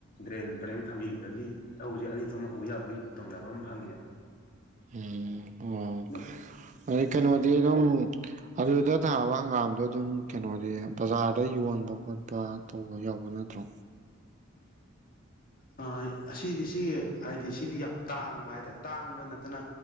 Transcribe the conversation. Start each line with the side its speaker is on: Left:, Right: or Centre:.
Left: ꯗ꯭ꯔꯦꯟ ꯄꯔꯦꯡ ꯊꯝꯕꯤꯕꯗꯒꯤ ꯂꯧꯁꯦ ꯑꯅꯤ ꯊꯣꯛꯅ ꯎꯕ ꯌꯥꯕꯒꯤ ꯈꯨꯗꯣꯡꯆꯥꯕ ꯑꯃ ꯐꯪꯉꯦꯕ
Right: ꯎꯝ ꯑꯣ
Left: ꯎ
Right: ꯑꯗꯩ ꯀꯩꯅꯣꯗꯤ ꯑꯗꯨꯝ ꯑꯗꯨꯗ ꯊꯥꯕ ꯍꯪꯒꯥꯝꯗꯣ ꯑꯗꯨꯝ ꯀꯩꯅꯣꯗꯤ ꯕꯖꯥꯔꯗ ꯌꯣꯟꯕ ꯈꯣꯠꯄ ꯇꯧꯕ ꯌꯥꯎꯕ ꯅꯠꯇ꯭ꯔꯣ
Left: ꯍꯣꯏ ꯑꯁꯤꯗꯤ ꯁꯤ ꯍꯥꯏꯗꯤ ꯁꯤꯗꯤ ꯌꯥꯝ ꯇꯥꯡꯕ ꯍꯥꯏꯇꯥꯔꯦ ꯇꯥꯡꯕ ꯅꯠꯇꯅ